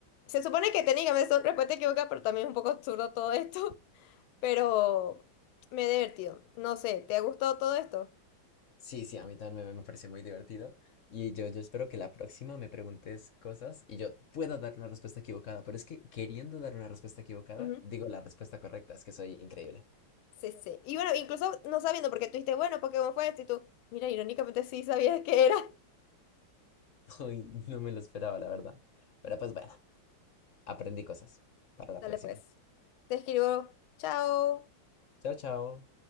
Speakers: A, on the left (about 80°); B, on the left (about 55°).
A: Se supone que técnicamente son respuestas equivocadas, pero también es un poco absurdo todo esto. <laughs> Pero me he divertido. No sé, ¿te ha gustado todo esto?
B: Sí, sí, a mí también me, me pareció muy divertido. Y yo, yo espero que la próxima me preguntes cosas y yo pueda dar una respuesta equivocada, pero es que queriendo dar una respuesta equivocada,
A: Ujú.
B: digo la respuesta correcta, es que soy increíble.
A: Sí, sí. Y bueno, incluso no sabiendo, porque tú dijiste, bueno, Pokémon fue esto, y tú, mira, irónicamente sí sabías que <laughs> era.
B: <laughs> Hoy no me lo esperaba, la verdad. Pero pues bueno, aprendí cosas para la
A: Dale
B: próxima.
A: pues. Te escribo, chao.
B: Chao, chao.